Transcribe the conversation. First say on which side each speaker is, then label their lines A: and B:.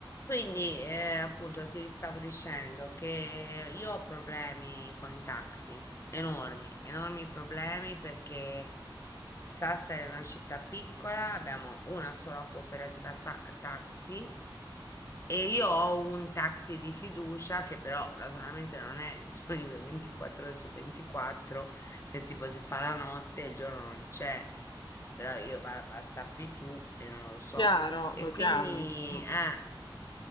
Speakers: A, on the left (about 35°); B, on the left (about 65°).
A: Quindi, eh, appunto, ti stavo dicendo che io ho problemi con i taxi, enormi, enormi problemi perché Sassari è una città piccola, abbiamo una sola cooperativa sa- taxi e io ho un taxi di fiducia che però naturalmente non è <laughs> disponibile 24 ore su 24, perché tipo se fa la notte il giorno non c'è, però io va, va sappi tu e non lo so.
B: Chiaro,
A: E
B: lo
A: quindi,
B: chiami. Mh.
A: eh.